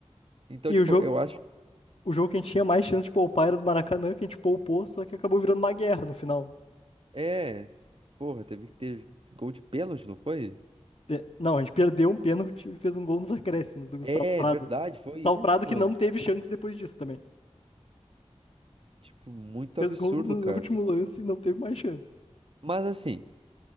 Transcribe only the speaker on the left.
E
o jogo,
o jogo que a gente tinha mais chance de poupar era do Maracanã, que a gente poupou, só que acabou virando uma guerra no final. né?
É, Não, a gente perdeu um pênalti e fez um gol nos acréscimos do Gustavo
Prado.
Gustavo
Prado
que não
teve chance depois disso também.
Fez
gol no
último lance e não teve mais chance.